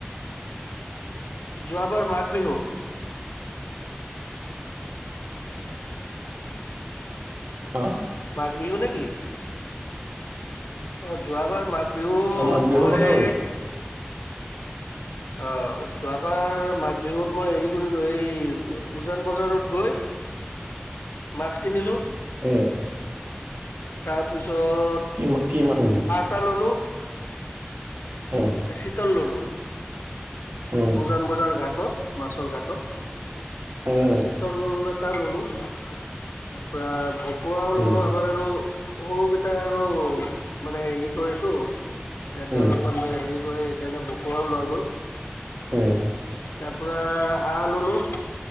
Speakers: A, on the left; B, on the right.
A: যোৱাবাৰ মাঘ বিহু
B: অঁ!
A: মাঘ বিহু নেকি? অঁ যোৱাবাৰ মাঘ বিহুত
B: অ মাঘ বিহুৰ
A: মই
B: কথা কৈছো
A: অঁ যোৱাবাৰ মাঘ বিহুত মই হেৰি কৰিলো এই উজান বজাৰত গৈ মাছ কিনিলো।
B: উমঁ!
A: তাৰপিছত
B: কি কিমান
A: টা ল'লোঁ
B: উমঁ!
A: এশীতল ল'লোঁ।
B: উম
A: উজান বজাৰ ঘাটত মাছৰ ঘাটত
B: উম
A: আৰু চিতলত আটা ললো তাৰ পৰাৰা ভকুৱাও ললো
B: উম
A: আমাৰ আৰু তা সৰুকেইটাই আৰু মানে হেৰি কৰেতো এয়াতে
B: উম
A: অলপ অবে হেৰি কৰে এইকাৰণে ভকুৱাও লোৱা গ'ল।
B: উ
A: তাৰ পৰা হাঁহ ল'লোঁ